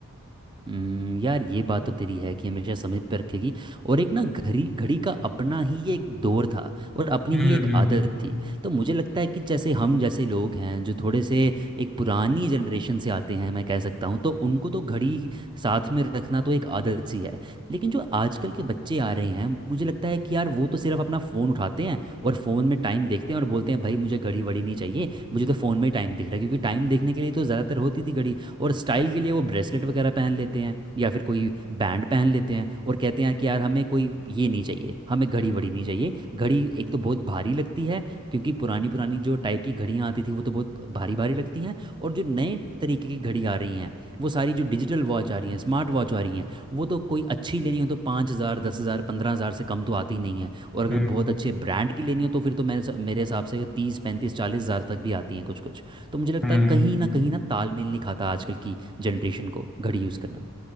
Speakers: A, on the right; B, in the centre.
A: हम्म, यार ये बात तो तेरी है कि हमेशा समय पे रखेगी और एक ना घड़ी घड़ी का अपना ही एक दौर था और अपनी
B: हम्म
A: ही एक आदत थी तो मुझे लगता है कि जैसे हम जैसे लोग हैं जो थोड़े से एक पुरानी जनरेशन से आते हैं मैं कह सकता हूँ तो उनको तो घड़ी साथ में रखना तो एक आदत सी है लेकिन जो आजकल के बच्चे आ रहे हैं मुझे लगता है कि यार वो तो सिर्फ अपना फ़ोन उठाते हैं और फ़ोन में टाइम देखते हैं और बोलते हैं भाई मुझे घड़ी वड़ी नहीं चाहिए मुझे तो फ़ोन में टाइम दिख रहा है क्योंकि टाइम देखने के लिए तो ज़्यादातर होती थी घड़ी और स्टाइल के लिए वो ब्रेसलेट वगैरह पहन लेते हैं या फिर कोई बैंड पहन लेते हैं और कहते हैं कि यार हमें कोई ये नहीं चाहिए हमें घड़ी वड़ी नहीं चाहिए घड़ी एक तो बहुत भारी लगती है क्योंकि पुरानी पुरानी जो टाइप की घड़ियाँ आती थी वो तो बहुत भारी भारी लगती हैं और जो नए तरीके की घड़ी आ रही हैं वो सारी जो डिजिटल वॉच आ रही हैं स्मार्ट वॉच आ रही हैं वो तो कोई अच्छी लेनी हो तो पाँच हज़ार दस हज़ार पंद्रह हज़ार से कम तो आती नहीं है और अगर
B: हम्म
A: बहुत अच्छे ब्रांड की लेनी हो तो फिर तो मेरे मेरे हिसाब से तीस पैंतीस चालीस हज़ार तक भी आती हैं कुछ कुछ तो मुझे लगता
B: हम्म
A: है
B: हम्म।
A: कहीं ना कहीं ना तालमेल नहीं खाता आजकल की जनरेशन को घड़ी यूज़ करना